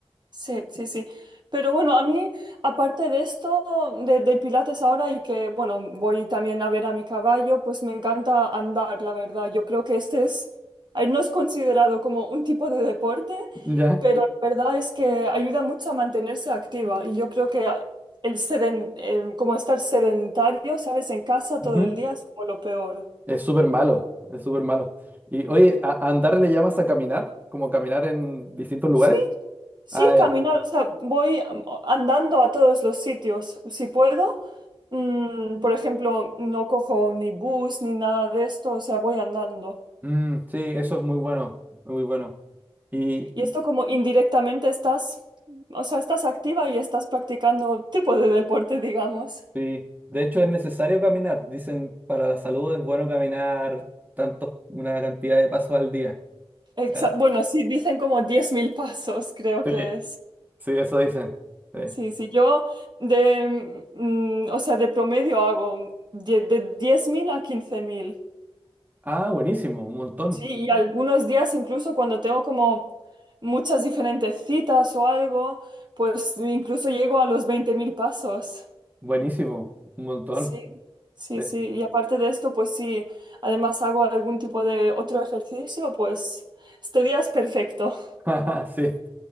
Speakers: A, on the right (about 45°); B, on the right (about 15°).
A: Sí, sí, sí. Pero bueno, a mí, aparte de esto, de- del Pilates ahora y que, bueno, voy también a ver a mi caballo, pues me encanta andar, la verdad. Yo creo que este es, ay, no es considerado como un tipo de deporte,
B: ya,
A: pero la verdad es que ayuda mucho a mantenerse activa. Y yo creo que el seden- eh, como estar sedentario, ¿sabes? En casa
B: ujú,
A: todo el día es como lo peor.
B: Es súper malo, es súper malo. Y oye, ¿a a andar le llamas a caminar? ¿Como caminar en distintos lugares?
A: Sí, sí,
B: Ah, ya.
A: caminar, o sea, voy am- andando a todos los sitios. Si puedo, mm, por ejemplo, no cojo ni bus ni nada de esto, o sea, voy andando.
B: Mm, sí, eso es muy bueno, muy bueno. Y
A: Y esto como indirectamente estás, o sea, estás activa y estás practicando tipo de deporte, digamos.
B: sí, de hecho es necesario caminar. Dicen, para la salud es bueno caminar tanto, una cantidad de pasos al día.
A: Exa-
B: O sea,
A: bueno, sí, dicen como 10.000 pasos, creo
B: Sí,
A: que es.
B: sí, eso dicen. Sí.
A: Sí, sí, yo de, mm, o sea, de promedio hago die- de 10.000 a 15.000.
B: ah, buenísimo, un montón.
A: Sí, y algunos días incluso cuando tengo como muchas diferentes citas o algo, pues incluso llego a los 20.000 pasos.
B: Buenísimo, un montón.
A: Sí, sí,
B: Sí.
A: sí. Y aparte de esto, pues sí, además hago algún tipo de otro ejercicio, pues este día es perfecto.
B: <laughs> Sí.